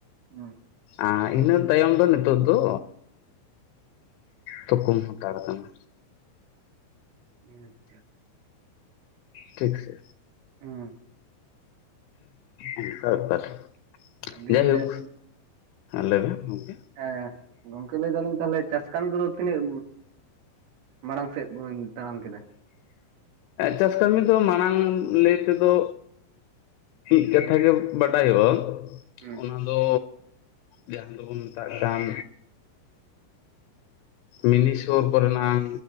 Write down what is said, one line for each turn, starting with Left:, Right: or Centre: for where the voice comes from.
Right: ᱦᱩᱸ
Left: ᱟᱨ ᱤᱱᱟᱹ ᱛᱟᱭᱚᱢ ᱫᱚ ᱱᱤᱛᱚᱜ ᱫᱚ ᱛᱩᱠᱩᱢ ᱦᱟᱛᱟᱲ ᱠᱟᱱᱟ᱾
Right: ᱦᱮᱸ ᱟᱪᱪᱷᱟ᱾
Left: ᱴᱷᱤᱠ ᱥᱮ᱾
Right: ᱦᱩᱸ
Left: ᱚᱱᱠᱟ ᱵᱮᱯᱟᱨ ᱾
Right: ᱫᱤᱭᱮ
Left: ᱡᱟᱭᱦᱳᱠ ᱞᱮᱭᱢᱮ ᱜᱚᱢᱠᱮ
Right: ᱦᱮᱸ ᱜᱚᱝᱠᱮ ᱞᱟᱹᱭ ᱫᱟᱹᱞᱤᱧ ᱛᱟᱦᱚᱞᱮ ᱪᱟᱥ ᱠᱟᱹᱢᱤ ᱠᱚᱫᱚ ᱛᱤᱱᱟᱹᱜ ᱢᱟᱲᱟᱝ ᱥᱮᱫ ᱵᱚᱱ ᱛᱟᱲᱟᱢ ᱠᱮᱫᱟ?
Left: ᱪᱟᱥ ᱠᱟᱹᱢᱤ ᱫᱚ ᱢᱟᱲᱟᱝ ᱞᱟᱹᱭ ᱛᱮᱫᱚ ᱢᱤᱫ ᱠᱟᱛᱷᱟ ᱜᱮ ᱵᱟᱰᱟᱭᱚᱜᱼᱟ
Right: ᱦᱩᱸ
Left: ᱚᱱᱟ ᱫᱚ ᱡᱟᱦᱟᱸ ᱫᱚᱵᱚᱱ ᱢᱮᱛᱟᱜ ᱠᱟᱱ
Right: <inaudible>
Left: ᱢᱤᱱᱤ ᱥᱳᱨ ᱠᱚᱨᱮᱱᱟᱝ